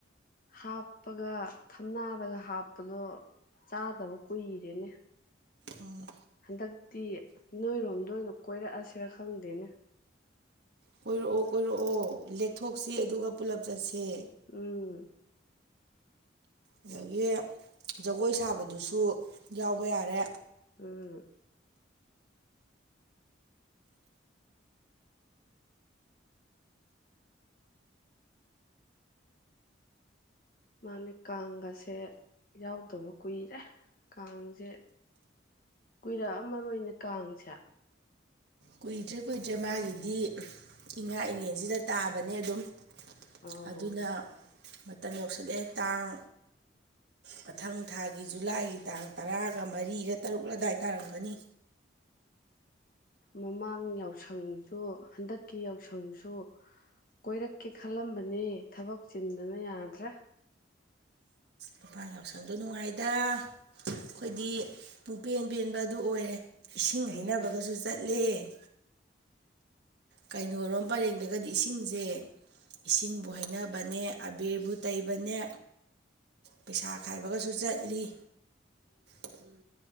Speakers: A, on the left; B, on the right.
A: ꯍꯥꯞ ꯎꯄꯒ ꯊꯝꯅꯥꯔꯒ ꯍꯥꯞꯄꯗꯣ ꯆꯥꯗꯕ ꯀꯨꯏꯔꯦꯅꯦ
B: ꯑꯣ
A: ꯍꯟꯗꯛꯇꯤ ꯅꯣꯏꯔꯣꯝꯗ ꯑꯣꯏꯅ ꯀꯣꯏꯔꯛꯑꯁꯤꯔ ꯈꯪꯗꯦꯅꯦ
B: ꯀꯣꯏꯔꯛꯑꯣ ꯀꯣꯏꯔꯛꯑꯣ ꯂꯦꯛꯊꯣꯛꯁꯤ ꯑꯗꯨꯒ ꯄꯨꯂꯞ ꯆꯠꯁꯤ ꯍꯦ
A: ꯎꯝ
B: ꯑꯗꯒꯤ ꯖꯒꯣꯏ ꯁꯥꯕꯗꯨꯁꯨ ꯌꯥꯎꯕ ꯌꯥꯔꯦ
A: ꯎꯝ ꯃꯥꯅꯦ ꯀꯥꯡꯒꯁꯦ ꯌꯥꯎꯗꯕ ꯀꯨꯏꯔꯦ ꯀꯥꯡꯁꯦ ꯀꯨꯏꯔꯛꯑ ꯃꯔꯣꯏꯅꯦ ꯀꯥꯡꯁꯦ
B: ꯀꯨꯏꯗ꯭ꯔꯦ ꯀꯨꯏꯗ꯭ꯔꯦ ꯃꯥꯒꯤꯗꯤ ꯏꯉꯥ ꯏꯉꯦꯟꯁꯤꯗ ꯇꯥꯕꯅꯦ ꯑꯗꯨꯝ
A: ꯑꯧ
B: ꯑꯗꯨꯅ ꯃꯇꯝ ꯌꯧꯁꯤꯜꯂꯑꯦ ꯇꯥꯡ ꯃꯊꯪ ꯊꯥꯒꯤ ꯖꯨꯂꯥꯏꯒꯤ ꯇꯥꯡ ꯇꯔꯥꯒ ꯃꯔꯤꯒ ꯇꯔꯨꯛ ꯑꯗꯥꯏ ꯇꯥꯔꯝꯒꯅꯤ
A: ꯃꯃꯥꯡ ꯌꯥꯎꯁꯪꯁꯨ ꯍꯟꯗꯛꯀꯤ ꯌꯥꯎꯁꯪꯁꯨ ꯀꯣꯏꯔꯛꯀꯦ ꯈꯜꯂꯝꯕꯅꯤ ꯊꯕꯛ ꯆꯤꯟꯗꯅ ꯌꯥꯗ꯭ꯔꯥ
B: ꯃꯄꯥꯟ ꯌꯥꯎꯁꯪꯗꯣ ꯅꯨꯡꯉꯥꯏꯗ ꯑꯩꯈꯣꯏꯗꯤ ꯄꯨꯡꯄꯦꯟ ꯄꯦꯟꯕ ꯑꯗꯨ ꯑꯣꯏꯔꯦ ꯏꯁꯤꯡ
A: ꯎꯝ
B: ꯍꯩꯅꯕꯒꯁꯨ ꯆꯠꯂꯦ <inaudible> ꯀꯩꯅꯣꯣꯔꯣꯝ ꯄꯔꯦꯡꯗꯒꯗꯤ ꯏꯁꯤꯡꯁꯦ ꯏꯁꯤꯡꯕꯨ ꯍꯩꯅꯕꯅꯦ ꯑꯕꯦꯔꯕꯨ ꯇꯩꯕꯅꯦ ꯄꯩꯁꯥ ꯈꯥꯏꯕꯒꯁꯨ ꯆꯠꯂꯤ ꯎꯝ